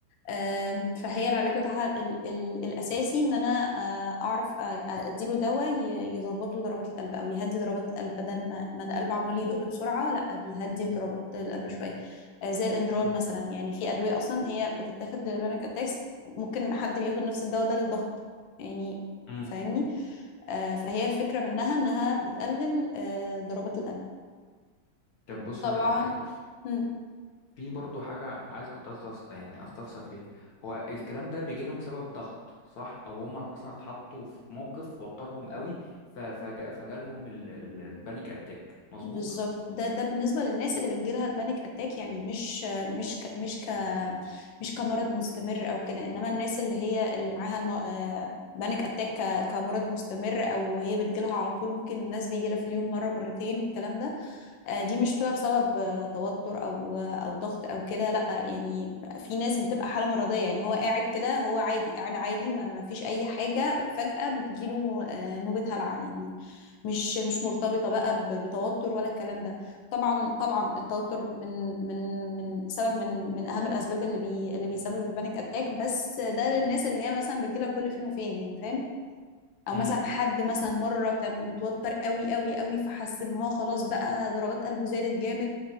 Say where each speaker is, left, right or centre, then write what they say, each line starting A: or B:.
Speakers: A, on the left; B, on the left.
A: آم، فهي العلاج بتاعها ال ال الاساسي ان انا آه، اعرف آه، آه، اديله دواء ي- يظبط له ضربات القلب او يهدي ضربات القلب بدل ما ما القلب عمال يدق بسرعه لا بيهدي ضربات القلب شويه آه، زي الاندرال
B: مم.
A: مثلا يعني في ادويه اصلا هي بتتاخد للبانيك اتاكس ممكن حد بياخد نفس الدواء ده للضغط يعني
B: مم.
A: فاهمني آه، فهي الفكرة منها إنها بتقلل آه، ضربات القلب
B: طب بص
A: طبعا
B: اقول لك على حاجة
A: مم،
B: في برضو حاجة عايز كنت أستفس... يعني استفسر فيها هو الكلام ده بيجي لهم بسبب ضغط صح او هم مثلا اتحطوا في موقف وترهم قوي ف- فج... فجالهم ال... ال- البانيك اتاك مظبوط
A: بالظبط ده ده بالنسبة للناس اللي بتجيلها البانيك أتاك يعني مش آه، مش ك مش ك مش كمرض مستمر أو كده إنما الناس اللي هي اللي معاها الم... آه، بانيك أتاك ك- كمرض مستمر أو هي بتجيلها على طول ممكن الناس بيجيلها في اليوم مرة مرتين الكلام ده آه، دي مش بتبقى بسبب آه، توتر او آه، او ضغط او كده لا يعني في ناس بتبقى حاله مرضيه يعني هو قاعد كده هو عادي قاعد عادي ما ما فيش اي حاجه فجاه بتجيله آه، نوبه هلع يعني مش مش مرتبطه بقى ب- بتوتر ولا الكلام ده طبعا طبعا التوتر من من من سبب من من اهم الاسباب اللي بي اللي بيسبب البانيك اتاك بس ده للناس اللي هي مثلا بتجيلها كل فين وفين يعني فاهم او
B: امم
A: مثلا حد مثلا مره كان متوتر قوي قوي قوي فحس ان هو خلاص بقى ضربات قلبه زادت جامد